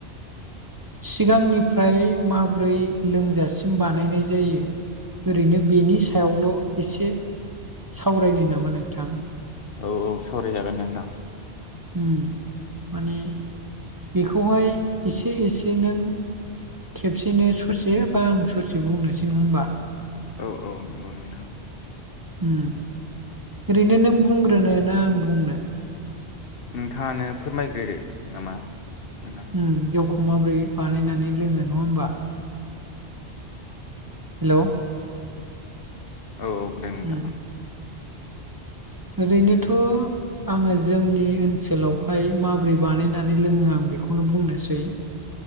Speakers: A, on the right; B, on the left.
A: सिगांनिफ्राय मा ब्रै लोंजासिम बानायनाय जायो ओरैनो बेनि सायावल' एसे सावरायनो नामा नोंथां।
B: औ औ सावरायजागोन नोंथां।
A: उम माने बेखौहाय एसे एसे नों खेबसेनो ससे बा आं ससे बुंनोसै नङा होनबा
B: औ औ नंगौ नोंथां।
A: उम ओरैनो नों बुंग्रोनो ना आं बुंनो
B: नोंथाङानो फोरमायग्रोदो नामा नोंथां।
A: उम जौखौ माबोरै बानायनानै लोङो नङा होमबा हेलौ
B: औ औ खोनादों नोंथां
A: <unintelligible> ओरैनोथ' आङो जोंनि ओनसोलावहाय माबोरै बानायनानै लोङो आं बेखौनो बुंनोसै